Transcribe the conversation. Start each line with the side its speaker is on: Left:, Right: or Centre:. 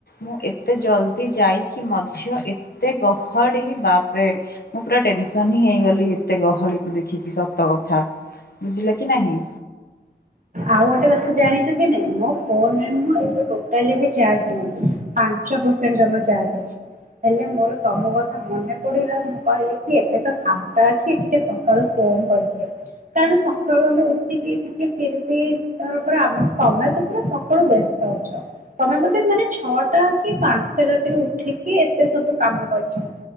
Left: ମୁଁ ଏତେ ଜଲଦି ଯାଇକି ମଧ୍ୟ ଏ ଏତେ ଗହଳି ବାପ୍ ରେ ମୁଁ ପୁରା ଟେନସନ୍ ହିଁ ହେଇ ଗଲି ଏତେ ଗହଳିକୁ ଦେଖିକି ସତ କଥା ବୁଝିଲେ କି ନାହିଁ।
Right: ଆଉ ଗୋଟ କଥା ଜାଣିଚ କି ନାଇଁ ମୋ ଫୋନ୍ ରେ ନୁହଁ ଏବେ ଟୋଟାଲି ବି ଚାର୍ଜ ନାଇ। ପାଞ୍ଚ ପର୍ସେଣ୍ଟ ଜମା ଚାର୍ଜ ଅଛି। ହେଲେ ମୋର ତମ କଥା ମନେ ପଡିଲା ମୁଁ କହିଲି କି ଏବେ ତ ଫାଙ୍କା ଅଛି ଟିକେ ସକାଳୁ ଫୋନ କରିଦିଏ। କାରଣ ସକାଳୁ ଆମେ ଉଠିକି ଟିକେ ଫିର୍ ବି ତ ପରା ଆମେ ତମେ ତ ପୁରା ସକାଳୁ ବ୍ୟସ୍ତ ଅଛ। ତମେ ବୋଧେ ମାନେ ଛଅଟା କି ପାଞ୍ଚଟା ରାତିରେ ଉଠିକି ଏତେ ସବୁ କାମ କରିଚ।